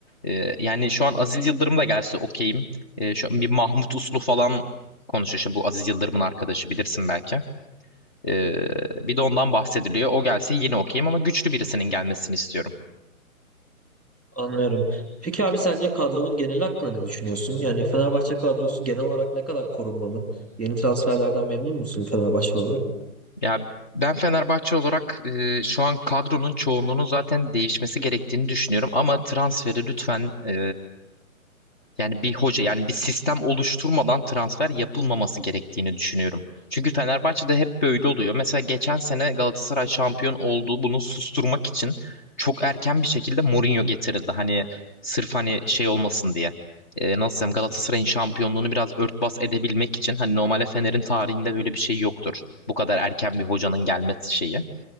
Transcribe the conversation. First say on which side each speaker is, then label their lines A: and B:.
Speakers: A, on the left; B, in the centre.
A: e, yani şu an Aziz Yıldırım da gelse okeyim. E, şu an bir Mahmut Uslu falan konuşuyor. Şimdi bu Aziz Yıldırım'ın arkadaşı bilirsin belki. Ee, bir de ondan
B: Doğrudur.
A: bahsediliyor. O gelse yine okeyim ama güçlü birisinin gelmesini istiyorum.
B: Anlıyorum. Peki abi sence kadronun geneli hakkında ne düşünüyorsun? Yani Fenerbahçe kadrosu genel olarak ne kadar korunmalı? Yeni transferlerden memnun musun Fenerbahçe olarak?
A: Ya ben Fenerbahçe olarak e, şu an kadronun çoğunluğunun zaten değişmesi gerektiğini düşünüyorum. Ama transferi lütfen e, Yani bir hoca yani bir sistem oluşturmadan transfer yapılmaması gerektiğini düşünüyorum. Çünkü Fenerbahçe'de hep böyle oluyor. Mesela geçen sene Galatasaray şampiyon oldu. Bunu susturmak için çok erken bir şekilde Mourinho getirildi. Hani sırf hani şey olmasın diye. Ee, nasıl diyeyim Galatasaray'ın şampiyonluğunu biraz örtbas edebilmek için hani normalde Fener'in tarihinde böyle bir şey yoktur. Bu kadar erken bir hocanın gelmesi şeyi.